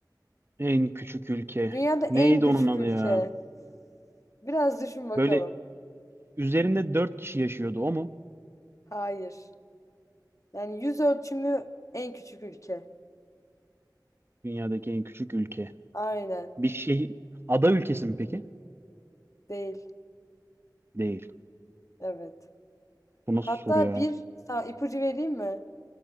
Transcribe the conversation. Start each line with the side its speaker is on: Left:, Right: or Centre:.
Right: En küçük ülke.
Left: Dünyada en
Right: Neydi
Left: küçük
Right: onun adı
Left: ülke.
Right: ya?
Left: Biraz düşün bakalım.
Right: Böyle üzerinde dört kişi yaşıyordu o mu?
Left: Hayır. Yani yüz ölçümü en küçük ülke.
Right: Dünyadaki en küçük ülke.
Left: Aynen.
Right: Bir şey ada ülkesi mi peki?
Left: Değil.
Right: Değil.
Left: Evet.
Right: Bu nasıl
Left: Hatta
Right: soru ya?
Left: bir sa- ipucu vereyim mi?